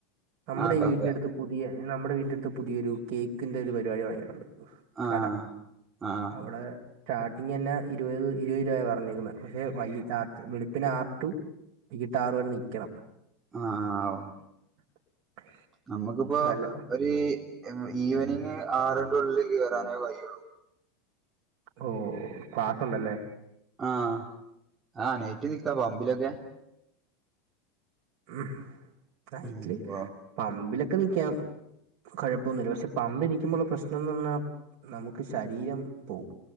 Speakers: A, on the right; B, on the right.
A: നമ്മുടെ
B: ആഹ് കഫേ
A: വീടിറ അടുത്ത് പുതിയ നമ്മുടെ വീടിന്റെ അടുത്ത് പുതിയൊ ഒരു കേക്കിന്റെ ഒരു പരിപാടി വടങ്ങിയിട്ടുണ്ട്
B: ആഹ്
A: കട
B: ആഹ്
A: അവിടെ സ്റ്റാർട്ടിങ് തന്നെ ഇരുപത് ഇരുപത് രൂപയാ പറഞ്ഞിരിക്കുന്നത് പക്ഷെ വൈയ് രാത്രി വെളുപ്പിന് ആറ് ടു വൈകിട്ട് ആറ് വരെ നിൽക്കണം
B: ആഹ് ഓ
A: <unintelligible>
B: നമ്മക്ക്പ്പോ
A: പക്ഷെ നല്ല
B: ഒരു ഈവനിങ് ആറിന്റെ ഉള്ളിൽ കയറാനേ കഴിയുള്ളൂ
A: ഓ ക്ലാസ് ഉണ്ടല്ലേ
B: ആഹ് ആഹ് നേറ്റി നിക്കാ പമ്പിലൊക്കെ
A: ഉം നൈറ്റില്
B: ഉം ഓ
A: പമ്പിലൊക്കെ നിക്കാം കുഴപ്പമൊന്നും പമ്പ് നിൽക്കുമ്പോള്ള പ്രശ്നംന്ന് പറഞ്ഞാ നമുക്ക് ശരീരം പോകും